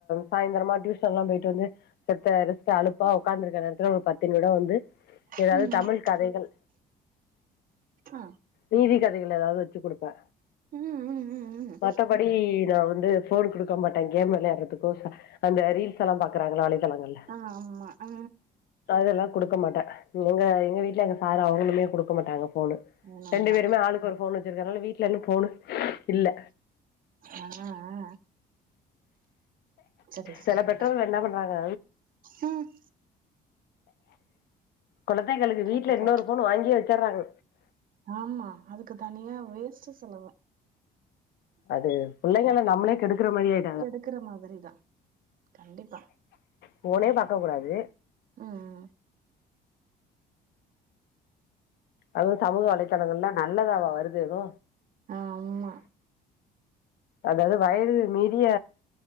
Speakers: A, on the left; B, on the right.
A: சாயந்தரமா ட்யூஷன் எல்லா போயிட்டு வந்து செத்த ரெஸ்ட்டு அலுப்பா உக்காந்து இருக்கிற நேரத்துல ஒரு பத்து நிமிடம் வந்து
B: ம்
A: ஏதாவது தமிழ் கதைகள்
B: ஆ
A: நீதி கதைகள் ஏதாவது வச்சு குடுப்பே
B: ம் ம் ம் ம்
A: மத்தபடி நா வந்து ஃபோன் குடுக்க மாட்டே கேம் வெளயாட்றதுக்கோ சா அந்த ரீல்ஸ் எல்லா பாக்குறாங்கல்ல வலைத்தளங்கள்ல
B: ஆ ஆமா ஆ
A: அதெல்லா குடுக்க மாட்டே எங்க எங்க வீட்ல எங்க சாரு அவங்களுமே குடுக்க மாட்டாங்க ஃபோனு
B: ஆமா
A: ரெண்டு
B: ஆமா.
A: பேருமே ஆளுக்கு ஒரு ஃபோன் வச்சிருக்கனால வீட் லனு ஃபோனு இல்ல
B: ஆ ஆ சரி சரிங்க
A: செல பெற்றோர்கள் என்ன பண்றாங்க
B: ம்
A: கொழந்தைகளுக்கு
B: பாத்து
A: வீட்ல இன்னொரு
B: பாத்து
A: ஃபோன் வாங்கியே வச்சுட்றாங்க
B: ஆமா அதுக்கு தனியா வேஸ்ட்டு செலவு
A: அது புள்ளைகள நம்மளே கெடுக்கற மாரி ஆயி
B: கெடுக்குற மாதிரி தா கண்டிப்பா
A: ஃபோனே பாக்க கூடாது
B: ம்ம்
A: அதுவு சமூக வலைதளங்கள்ல நல்லதாவா வருது எது
B: ஆ ஆமா
A: அதாவது வயது மீறிய